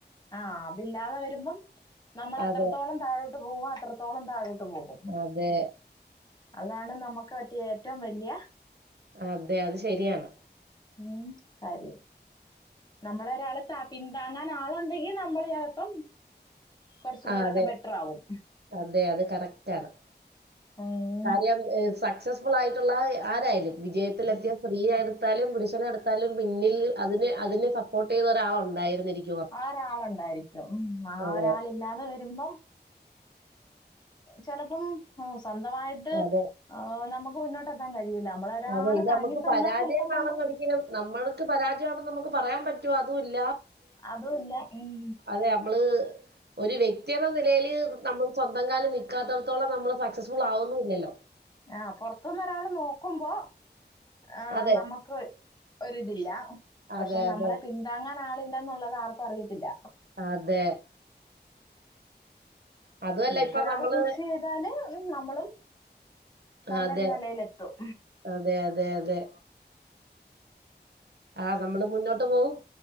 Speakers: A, on the left; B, on the right.
A: ആഹ് അതില്ലാതെ വരുമ്പം നമ്മള് എത്രത്തോളം
B: അതെ
A: താഴോട്ട് പോവോ അത്രത്തോളം താഴോട്ട് പോകും
B: അതെ
A: അതാണ് നമുക്ക് പറ്റിയ ഏറ്റവും വല്ല്യ
B: അതെ അത് ശെരിയാണ്.
A: ഉും കാര്യം നമ്മളെ ഒരാള്താ പിന്താങ്ങാൻ ആളുണ്ടെങ്കിൽ നമ്മള് ചിലപ്പം കൊറച്ചും
B: ആ
A: കൂടെക്കെ
B: അതെ
A: ബെറ്റർ ആവും
B: അതെ അത് കറക്റ്റ് ആണ്.
A: ആഹ്
B: കാര്യം സക്സസ്ഫുൾ ആയിട്ടുള്ള ആരായാലും വിജയത്തിലെത്തിയ സ്ത്രീയാരു ട്താലും പുരുഷന്ട്ത്താലും പിന്നിൽ അതിന് അതിനെ സപ്പോർട്ട് ചെയ്ത ഒരാള് ഉണ്ടായിരുന്നിരിക്കും.
A: ആഹ് ഒരാളുണ്ടായിരിക്കും ആഹ്
B: അതെ
A: ഒരാളി ഇല്ലാതെ വരുമ്പം ചിലപ്പം സ്വന്തമായിട്ട്
B: അതെ
A: നമുക്ക് മുന്നോട്ട് എത്താൻ കഴിയില്ല നമ്മളെ ഒരാള്
B: അതെ ഇത്
A: താങ്ങി
B: നമുക്ക്
A: തന്നാൽ
B: പരാജയമാണെന്ന്
A: ചിലപ്പോം നമ്മള്
B: ഒരിക്കലും നമ്മൾക്ക് പരാജയമാണെന്ന് നമുക്ക് പറയാൻ പറ്റുമോ അതും ഇല്ല
A: അതുല്ല ഉും
B: അതെ നമ്മള് ഒരു വ്യക്തിെയെന്ന നിലയിൽ നമ്മള് സ്വന്തം കാലിൽ നിക് നിക്കാത്തടത്തോളം നമ്മള് സക്സ സ്ഫുൾ ആകുന്നുല്ലല്ലോ
A: ആഹ് പൊറത്ത്നിന്ന് ഒരാള് നോക്കുമ്പോ ആഹ്
B: അതെ
A: നമ്മുക്ക് ഒരിതില്ല
B: അതെ
A: പക്ഷെ
B: അതെ
A: നമ്മളെ പിന്താങ്ങാൻ ആളില്ലന്നുള്ളത് ആർക്കും അറിയത്തില്ല
B: അതെ അതുമല്ല
A: ശരിക്കൊരാള്
B: ഇപ്പൊ നമ്മള്
A: പുഷ് ചെയ്താല് നമ്മളും നല്ലൊരു
B: അതെ
A: നിലയിലെത്തും
B: അതെ അതെ അതെ ആഹ് നമ്മള് മുന്നോട്ട് പോകും